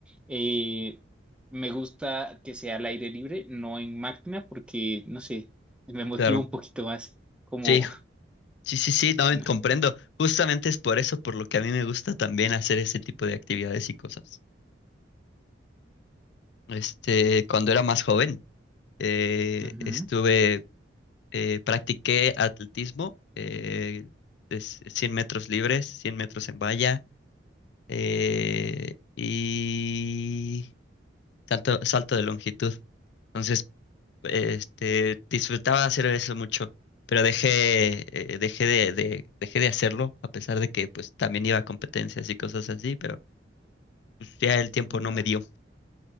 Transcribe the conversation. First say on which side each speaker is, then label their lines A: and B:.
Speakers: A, in the centre; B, on the left (about 65°).
A: eh, me gusta que sea al aire libre, no en máquina, porque, no sé, me motiva
B: claro.
A: un poquito más, como,
B: Sí, sí, sí, sí, no,
A: <laughs>
B: comprendo. Justamente es por eso por lo que a mí me gusta también hacer ese tipo de actividades y cosas. Este, cuando era más joven, eh,
A: Ujú.
B: estuve eh, practiqué atletismo, eh, es 100 metros libres, 100 metros en valla eh, y salto, salto de longitud. Entonces, este, disfrutaba hacer eso mucho, pero dejé, eh, dejé de, de- dejé de hacerlo, a pesar de que pues también iba a competencias y cosas así, pero pues, ya el tiempo
A: no.
B: no me dio.